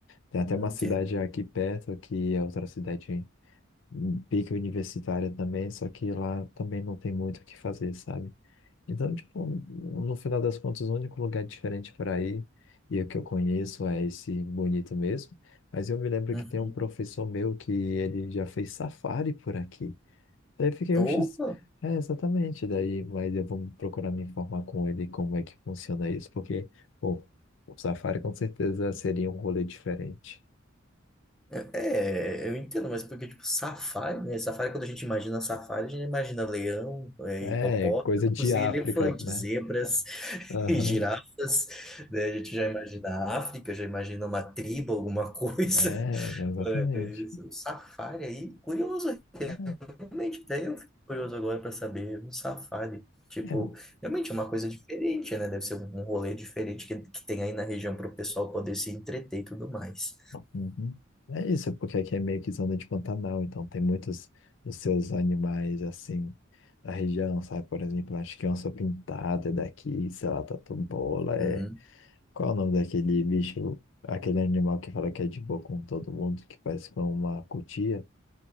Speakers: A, on the left (about 65°); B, in the centre.
A: Tem até uma
B: entendo.
A: cidade aqui perto, que é outra cidade em pique universitária também, só que lá também não tem muito o que fazer, sabe? Então, tipo, no final das contas, o único lugar diferente para ir e o que eu conheço é esse bonito mesmo. Mas eu me lembro
B: Uhum.
A: que tem um professor meu que ele já fez safari por aqui. Daí eu fiquei, oxe,
B: Opa!
A: é exatamente. Daí, mas eu vou procurar me informar com ele como é que funciona isso, porque, pô, o safari com certeza seria um rolê diferente.
B: É, é, eu entendo, mas porque, tipo, safari, né? Safari, quando a gente imagina safari, a gente imagina leão, é,
A: É,
B: hipopótamos
A: coisa de África,
B: e elefantes,
A: né?
B: zebras <laughs>
A: Aham.
B: e girafas, né? A gente já imagina a África, já imagina uma tribo, alguma <laughs> coisa.
A: É, exatamente.
B: Mas é um safari aí, curioso,
A: É,
B: realmente, até eu fico curioso agora para saber, um safari, tipo,
A: é,
B: realmente é uma coisa diferente, né? Deve ser um um rolê diferente que, que tem aí na região para o pessoal poder se entreter e tudo mais.
A: Uhum. É isso, é porque aqui é meio que zona de Pantanal, então tem muitos dos seus animais assim da região, sabe? Por exemplo, acho que onça pintada é daqui, sei lá, tatu-bola, é.
B: Hum.
A: Qual é o nome daquele bicho, aquele animal que fala que é de boa com todo mundo, que parece com uma cutia?